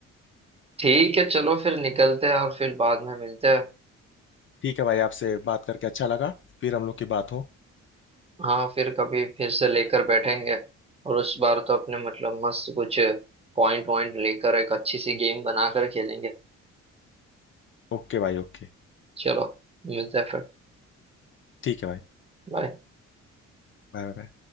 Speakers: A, on the right; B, on the left.
A: ठीक है चलो फिर निकलते हैं और फिर बाद में मिलते हैं
B: ठीक है भाई आपसे बात करके अच्छा लगा फिर हम लोग की बात हो
A: हाँ फिर कभी फिर से लेकर बैठेंगे और उस बार तो अपने मतलब मस्त कुछ पॉइंट वॉइंट लेकर एक अच्छी सी गेम बनाकर खेलेंगे
B: ओके भाई ओके
A: चलो मिलते हैं फिर
B: ठीक है भाई
A: बाय
B: Bye bye